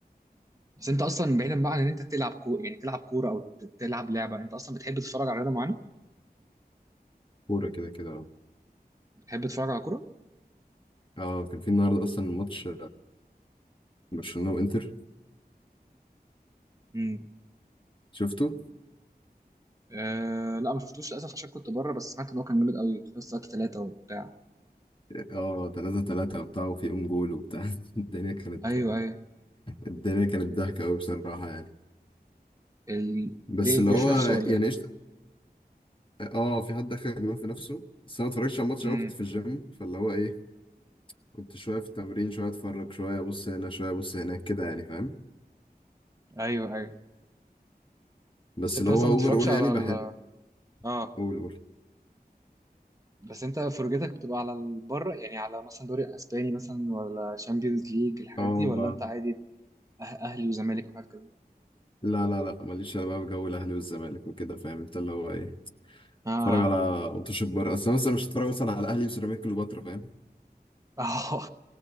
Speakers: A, on the right; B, on the left.
A: بس انت اصلا بعيدا بقى عن ان انت تلعب كوره يعني تلعب كوره او ت- تلعب لعبه انت اصلا بتحب تتفرج على رياضه معينه
B: كورة كده كده اه
A: بتحب تتفرج على
B: اه كان في النهارده اصلا الماتش برشلونه وانتر
A: كوره
B: شفته
A: أه لا ما شفتوش للاسف عشان كنت بره بس سمعت ان هو كان جامد قوي في ساعات ثلاثة وبتاع
B: اه 3 3 وبتاع وفي اون جول وبتاع <laughs> الدنيا كانت
A: ايوه ايوه
B: الدنيا كانت ضحكه قوي بصراحه يعني
A: ال...
B: بس
A: ليه
B: اللي
A: الجيش
B: هو
A: نفسه ولا
B: يعني
A: ايه
B: ايش اه في حد دخل جول في نفسه بس انا ما اتفرجتش على الماتش
A: امم
B: قوي كنت في الجيم فاللي هو ايه كنت شويه في التمرين شويه اتفرج شويه ابص هنا شويه ابص هناك كده يعني فاهم
A: ايوه ايوه
B: بس
A: بس انت
B: اللي
A: مثلا
B: هو اوفر
A: ما بتتفرجش
B: اول
A: على
B: يعني بحب
A: ال... اه
B: قول قول
A: بس انت فرجتك بتبقى على ال- بره يعني على مثلا دوري اسباني مثلا ولا شامبيونز ليج الحاجات
B: اه
A: دي ولا انت عادي أه- اهلي وزمالك وحاجات كده
B: لا لا لا ماليش انا بقى في جو الاهلي والزمالك وكده فاهم انت اللي هو ايه
A: اه
B: اتفرج على ماتش بره اصل انا مثلا مش هتفرج مثلا على اهلي وسيراميكا كليوباترا فاهم
A: اه